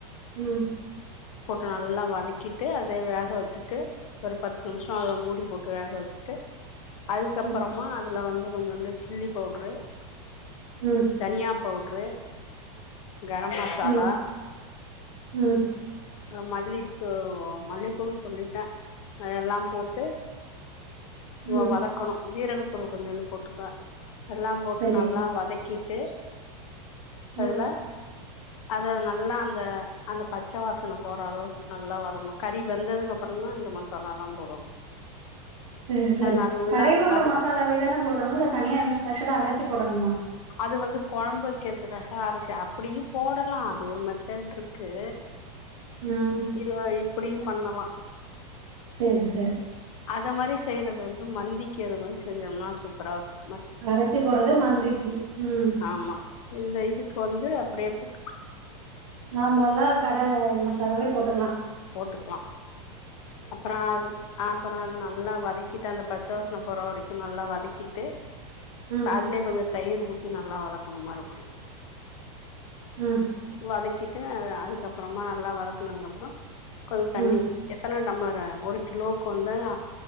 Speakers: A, on the right; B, on the left.
A: ம்
B: போட்டு நல்லா வதக்கிட்டு அதுலே வேக வச்சுட்டு ஒரு பத்து நிமிசோ ஆகு மூடி போட்டு வேக வச்சுட்டு அதுக்கப்றமா
A: ம்
B: அதுல வந்து கொஞ்சோன்டு சில்லி பவுட்ரு
A: ம்
B: தனியா பவுட்ரு கரம் மசாலா
A: ம் ம்
B: அ மல்லி தூ மல்லி தூள் செல்லிட்டே அது எல்லா போட்டு வோ
A: ம்
B: வதக்கணு ஜீரகத்தூள் கொஞ்சோன்டு போட்டுக்க எல்லாம் போட்டு
A: சரி
B: நல்லா வதக் கிட்டு அதுல
A: ம்
B: அத நல்லா அந்த அந்த பச்ச வாச வாசன போற அளவுக்கு நல்லா வதக்கணு கறி வெந்ததுக்கு அப்றந்தா இந்த மசாலா எல்லா போடணு
A: சேரி சேரி
B: அது நல்லா
A: கடையில உள்ள
B: வதக்கி
A: மசாலாவேதானா போடணு இல்ல தனியா எதுவு ஸ்பெஷலா அரச்சி போடணுமா
B: அது வந்து கொழம்பு வைக்கிறதுக்காக அரச்சு அப்டியு போடலா அது ஒரு மெத்தட் இருக்கு
A: ம்
B: இத இப்டியும் பண்ணலா
A: சேரி சேரி
B: அத மாரி செய்யறதே வந்து மந்திக்கு இருக்க மாரி செஞ்சோம்னா சூப்பரா இருக்கூ
A: அரைச்சி போட்றது மந்திக்கி ம்
B: ஆமா இந்த இதுக்கு வந்து அப்டியே போட்டுக்
A: நார்மலா கட இது மசாலாவே போட்டுக்லா
B: போட்டுக்லா அப்பறா அது அப்பறோ நல்லா வதக்கிட்டு அந்த பச்ச வாசன போற வரைக்கு நல்லா வதக்கிட்டு
A: ம்
B: அதுலேயே கொஞ்ச தயிர் ஊத்தி நல்லா வதக்கணு மறுபடியு
A: ம்
B: வதக்கிட்டு அ அதுக்கப்புறமா நல்லா வதக்குனதுக்கு அப்புறோ கொஞ்சோ தண்ணி
A: ம்
B: எத்தன டம்ளரு ஒரு கிலோவுக்கு வந்து